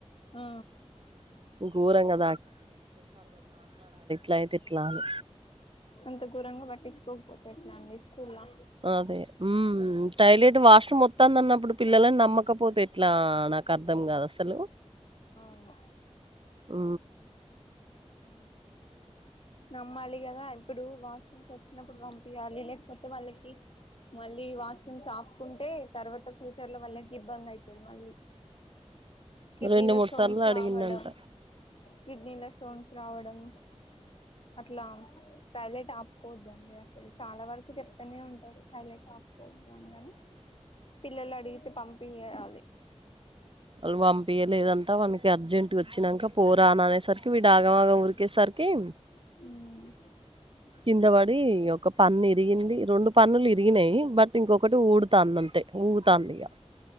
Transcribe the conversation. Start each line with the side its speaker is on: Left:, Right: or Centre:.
Left: ఆ
Right: ఘోరంగా ఐతే ఎట్లా అని
Left: అంత ఘోరంగ పట్టించుకోకపోతే ఎట్లాండి స్కూల్లా
Right: అదే ఉమ్ టైలట్ వాష్రూమ్ ఒత్త ఒత్తాందన్నప్పుడు పిల్లలని నమ్మకపోతే ఎట్లా నాకు అర్థం కాదు అసలు
Left: అవును
Right: ఆ
Left: హ నమ్మాలి కదా ఇప్పుడు వాష్రూమ్స్ వచ్చినప్పుడు పంపియ్యాలి లేకపోతే వాళ్ళకి మళ్ళీ వాష్రూమ్స్ ఆపుకుంటే తర్వాత ఫ్యూచర్లో వాళ్ళకి ఇబ్బంది అయితది మళ్ళీ కిడ్నీలో
Right: రెండు మూడు
Left: స్టోన్స్
Right: సార్లు అడిగిండంట
Left: రావడం కిడ్నీలో స్టోన్స్ రావడం అట్లా టైలెట్ ఆపుకోవద్దండి అసలు చాలా వరకు చెప్తనే ఉంటరు టాయిలెట్ ఆపుకోవద్దు అని గాని పిల్లలడిగితే పంపియ్యాలి
Right: వాళ్ళు పంపియ్యలేదంటా వానికి అర్జెంట్గ వచ్చినంకా పోరా అని అనేసరికి వీడు ఆగమాగం ఉరికేసరికి జా
Left: ఆ
Right: కింద పడి ఒక పన్ను ఇరిగింది రెండు పన్నులు ఇరిగినయి బట్ ఇంకొకటి ఊడు తాందంతే ఊగుతాందిగా